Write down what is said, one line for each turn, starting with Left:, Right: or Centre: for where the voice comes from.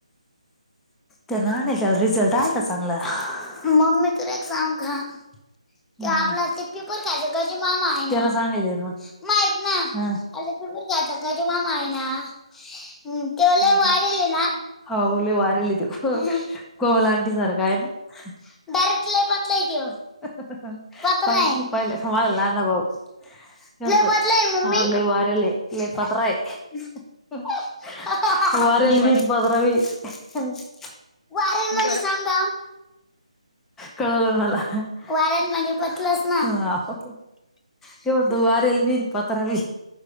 Centre: तो लहान आहे त्याला रिझल्ट आलता चांगला. मम्मी तुला एक सांगु का? ते आपला ते पिपर खालचा गजु मामा आहे. त्याला सांगलेय म माहीत नाय. हां आता पिपरखायचा गजु मामा आहे ना हुं तो-
Left: हुं हुं-
Centre: व्हायरल आहे ना हाव लय व्हायरल आहे तो हो कोमला आन्टी सारखं आहे ना डायरेक्ट लय पातला हाय तो <unintelligible> पातला हाय पहिले का माझा लाहाना भाऊ- लय पतला हय मम्मी
Left: हो
Centre: लय
Left: का
Centre: वायरल लय पातला हाय <unintelligible> वारेल
Left: बरं
Centre: बीन पद्रवी- वारेल म्हणजे
Left: बरं
Centre: झाम धाम. कळल मला. वारेल म्हणजे पटलस- अहो त्यो म्हणतो वारेल बीन पत्रा बी